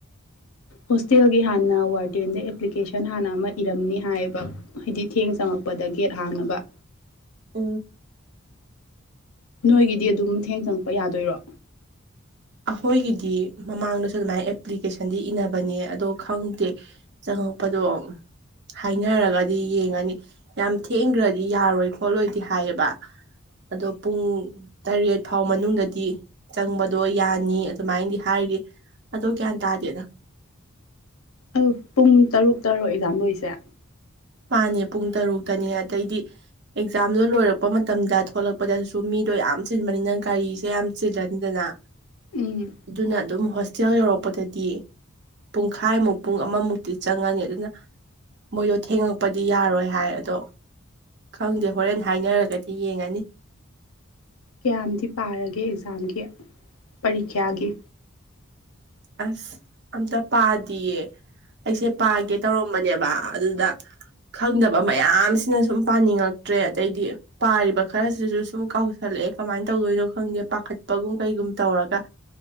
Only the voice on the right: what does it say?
ꯑꯣ
ꯑꯩꯈꯣꯏꯒꯤꯗꯤ ꯃꯃꯥꯡꯗꯁꯨ ꯑꯗꯨꯃꯥꯏꯅ ꯑꯦꯄ꯭ꯂꯤꯀꯦꯁꯟꯗꯤ ꯏꯟꯅꯅꯕꯅꯦ ꯑꯗꯣ ꯈꯪꯗꯦ ꯆꯪꯉꯛꯄꯗꯣ ꯍꯥꯏꯅꯔꯒꯗꯤ ꯌꯦꯡꯉꯅꯤ ꯌꯥꯝ ꯊꯦꯡꯈ꯭ꯔꯗꯤ ꯌꯥꯔꯣꯏ ꯈꯣꯠꯂꯣꯏꯗꯤ ꯍꯥꯏꯌꯦꯕ ꯑꯗꯣ ꯄꯨꯡ ꯇꯔꯦꯠ ꯐꯥꯎ ꯃꯅꯨꯡꯗꯗꯤ ꯆꯪꯕꯗꯣ ꯑꯩ ꯌꯥꯅꯤ ꯑꯗꯨꯃꯥꯏꯅꯗꯤ ꯍꯥꯏꯔꯤ ꯑꯗꯣ ꯒ꯭ꯌꯥꯟ ꯇꯥꯗꯦꯅ
ꯃꯥꯅꯦ ꯄꯨꯡ ꯇꯔꯨꯛꯇꯅꯦ ꯑꯗꯩꯗꯤ ꯑꯦꯛꯖꯥꯝꯗꯣ ꯂꯣꯏꯔꯛꯄ ꯃꯇꯝꯗ ꯊꯣꯛꯂꯛꯄꯗꯁꯨ ꯃꯤꯗꯣ ꯌꯥꯝ ꯆꯤꯟꯕꯅꯤꯅ ꯒꯥꯔꯤꯁꯦ ꯌꯥꯝ ꯆꯤꯜꯂꯅꯤꯗꯅ
ꯑꯗꯨꯅ ꯑꯗꯨꯝ ꯍꯣꯁꯇꯦꯜ ꯌꯧꯔꯛꯄꯗꯗꯤ ꯄꯨꯡꯈꯥꯏꯃꯨꯛ ꯄꯨꯡ ꯑꯃꯃꯨꯛꯇꯤ ꯆꯪꯉꯅꯤ ꯑꯗꯨꯅ ꯃꯣꯗꯣ ꯊꯦꯡꯉꯛ ꯄꯗꯤ ꯌꯥꯔꯣꯏ ꯍꯥꯏ ꯑꯗꯣ ꯈꯪꯗꯦ ꯍꯣꯔꯦꯟ ꯍꯥꯏꯅꯔꯒꯗꯤ ꯌꯦꯡꯉꯅꯤ
ꯑꯁ ꯑꯝꯇ ꯄꯥꯗꯤꯌꯦ ꯑꯩꯁꯦ ꯄꯥꯒꯦ ꯇꯧꯔꯝꯕꯅꯦꯕ ꯑꯗꯨꯗ ꯈꯪꯗꯕ ꯃꯌꯥꯝꯁꯤꯅ ꯁꯨꯝ ꯄꯥꯅꯤꯡꯉꯛꯇ꯭ꯔꯦ ꯑꯗꯩꯗꯤ ꯄꯥꯔꯤꯕ ꯈꯔꯁꯤꯁꯨ ꯁꯨꯝ ꯀꯥꯎꯁꯜꯂꯛꯑꯦ ꯀꯃꯥꯏꯟ ꯇꯧꯗꯣꯏꯅꯣ ꯈꯪꯗꯦ ꯄꯥꯈꯠꯄꯒꯨꯝ ꯀꯩꯒꯨꯝ ꯇꯧꯔꯒ